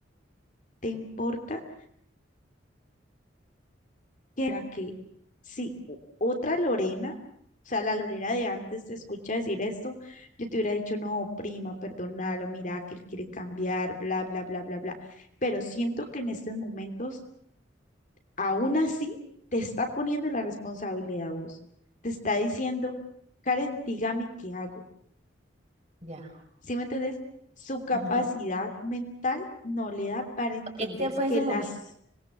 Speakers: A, on the left; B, on the right.
A: importa. que era que si o- otra Lorena, o sea, la Lorena de antes te escucha decir esto, yo te hubiera dicho, no, prima, perdónalo, mira que él quiere cambiar, bla, bla, bla, bla, bla. Pero siento que en estos momentos, aún así, te está poniendo la responsabilidad a vos. Te está diciendo, Karen, dígame qué hago.
B: Ya.
A: ¿Sí me entendés? Su capacidad
B: Ajá.
A: mental no le da para entender
B: Este fue
A: que
B: ese momento.
A: las